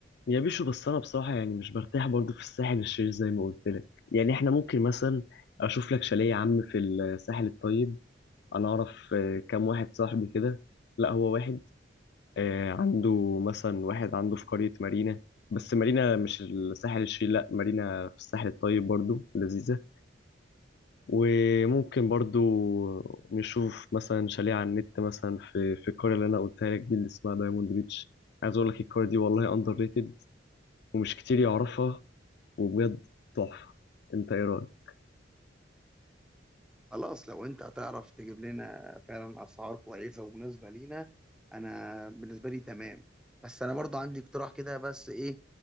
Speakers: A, on the left; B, in the centre.
A: يا بيشو بس انا بصراحه يعني مش برتاح برضو في الساحل الشرير زي ما قلت لك يعني احنا ممكن مثلا اشوف لك شاليه يا عم في الساحل الطيب انا اعرف آه، كام واحد صاحبي كده لا هو واحد آه، عنده مثلا واحد عنده في قرية مارينا بس مارينا مش الساحل الشرير لا مارينا في الساحل الطيب برضو لذيذة وممكن برضو نشوف مثلا شاليه على النت مثلا في في القرية اللي أنا قلتها لك دي اللي اسمها دايموند بيتش عايز أقول لك القرية دي والله أندر ريتد ومش كتير يعرفها وبجد تحفة أنت إيه رأيك؟
B: خلاص لو انت هتعرف تجيب لنا فعلا اسعار كويسة ومناسبة لينا انا بالنسبة لي تمام بس انا برضو عندي اقتراح كده بس ايه